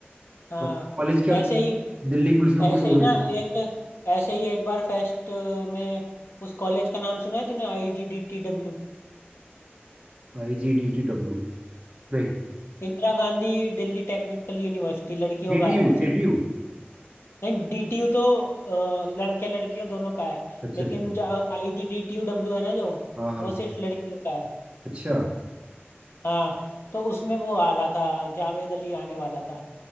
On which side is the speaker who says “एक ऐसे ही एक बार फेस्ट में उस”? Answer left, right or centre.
Left